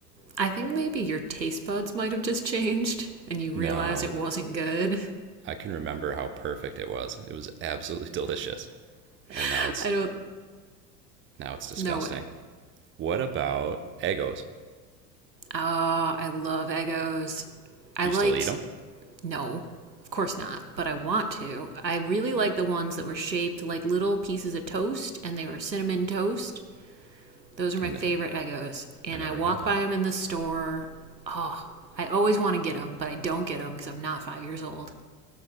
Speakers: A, on the right; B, on the right.
A: I think maybe your taste buds might have just changed and you realize
B: No,
A: it wasn't good.
B: I can remember how perfect it was. It was absolutely <laughs> delicious, and
A: <laughs>
B: now it's
A: I don't
B: now it's disgusting.
A: no way.
B: What about Eggos?
A: Ah, uh, I love Eggo's. I
B: Do
A: liked
B: you still eat them?
A: no, of course not, but I want to. I really like the ones that were shaped like little pieces of toast and they were cinnamon toast Those are my
B: I know
A: favorite Eggos. And
B: I never
A: I walk
B: had that.
A: by them in the store. Oh, I always want to get them, but I don't get them because I'm not five years old.